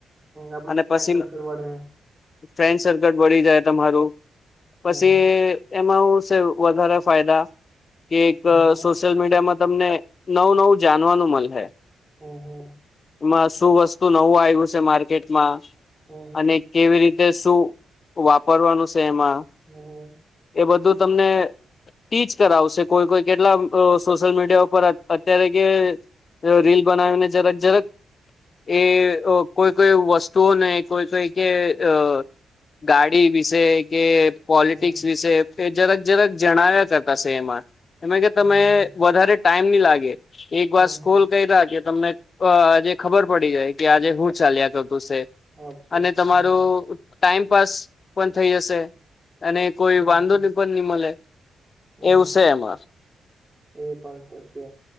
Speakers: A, on the right; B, on the left.
A: આપડું
B: અને
A: ફ્રેન્ડ
B: પછી
A: સર્કલ
B: મ...
A: વાળે
B: ફ્રેન્ડ સર્કલ બડી જાય તમારું
A: હમ
B: પછી એમાં એવું શે વધારે ફાયદા કે એક
A: હમ
B: અ
A: હમ
B: સોશિયલ મીડિયામાં તમને નવું નવું જાનવાનું મલહે.
A: હમ્મ હમ્મ
B: માં શું વસ્તુ નવું આયવું છે માર્કેટમાં,
A: હમ હમ
B: અને કેવી રીત કે શું વાપરવાનું સે એમાં
A: હમ્મહમ્
B: એ બધું તમને.. ટીચ કરાવશે કોઈ કોઈ કેટલા બ અ સોશિયલ મીડિયા ઉપર અત અત્યારે કે.... અ રીલ બનાવીને જરક જરક... એ અ કોઈ કોઈ વસ્તુઓને કોઈ કોઈ કે અ... ગાડી વિશે કે... પોલિટિક્સ
A: હમ
B: વિશે એ જરક જરક જણાવ્યા કરતાશે એમાં એમાં કે
A: હમ
B: તમે વધારે ટાઈમ ની લાગે એક
A: હમ
B: વાર સ્કોલ
A: હમ
B: કયરા કે તમને અ આજે ખબર પડી જાય કે આજે હું ચાલ્યા કરતું સે
A: અચ્છા
B: અને
A: અચ્છા
B: તમારું
A: હમ
B: ટાઈમપાસ પણ થઈ જશે અને કોઈ
A: હમ
B: વાંધોની પણ ની મલે
A: ઓ
B: એવું સે એમાં
A: એ પણ તો સે